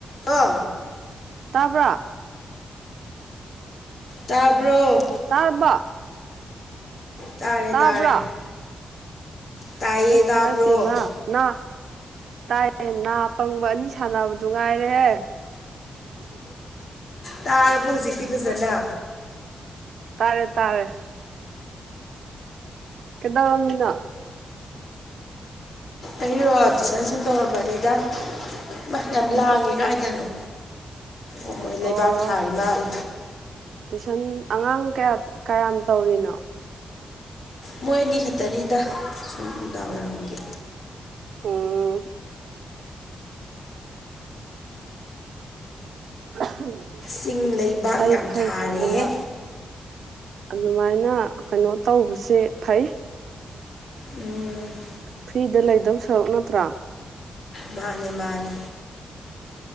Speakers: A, on the left; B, on the right.
A: ꯑ
B: ꯇꯥꯕ꯭ꯔꯥ
A: ꯇꯥꯕ꯭ꯔꯣ
B: ꯇꯥꯔꯕ
A: ꯇꯥꯔꯦ
B: ꯇꯥꯕ꯭ꯔꯥ
A: ꯇꯥꯔꯦ ꯇꯥꯏꯌꯦ
B: ꯑꯁꯃꯗꯃ
A: ꯇꯥꯕ꯭ꯔꯣ
B: ꯅ ꯇꯥꯏ ꯅꯥ ꯄꯪꯕ ꯑꯅꯤ ꯁꯥꯟꯅꯕꯗꯨ ꯉꯥꯏꯔꯦꯍꯦ
A: ꯇꯥꯔꯕ ꯍꯧꯖꯤꯛꯇꯤ ꯐꯖꯅ
B: ꯇꯥꯔꯦ ꯇꯥꯔꯦ ꯀꯗꯥꯝꯅꯣ
A: ꯑꯩꯔꯣ ꯇꯨꯏꯁꯟ ꯁꯨꯝ ꯇꯧꯔꯝꯕꯅꯤꯗ ꯁ ꯌꯥꯝ ꯂꯥꯡꯉꯦ ꯀꯥꯏꯗꯅꯣ ꯑꯣ ꯃꯣꯏ ꯂꯩꯕꯥꯛ
B: ꯑꯣ
A: ꯊꯥꯔꯤ ꯃꯥꯜꯂꯦ
B: ꯇꯨꯏꯁꯟ ꯑꯉꯥꯡ ꯀꯌꯥ ꯀꯌꯥꯝ ꯇꯧꯔꯤꯅꯣ
A: ꯃꯣꯏ ꯑꯅꯤ ꯈꯛꯇꯅꯤꯗ ꯁꯨꯝ ꯗꯥꯎꯔꯝꯒꯦ
B: ꯎꯝ <unintelligible>
A: ꯆꯤꯡ ꯂꯩꯕꯥꯛ
B: ꯐꯩ
A: ꯌꯥꯝ
B: ꯐꯩ
A: ꯊꯥꯔꯦꯍꯦ
B: ꯑꯗꯨꯃ ꯑꯗꯨꯃꯥꯏꯅ ꯀꯩꯅꯣ ꯇꯧꯕꯁꯦ ꯐꯩ
A: ꯎꯝ
B: ꯐ꯭ꯔꯤꯗ ꯂꯩꯗꯧ ꯁꯔꯨꯛ ꯅꯠꯇ꯭ꯔꯥ
A: ꯃꯥꯅꯦ ꯃꯥꯅꯦ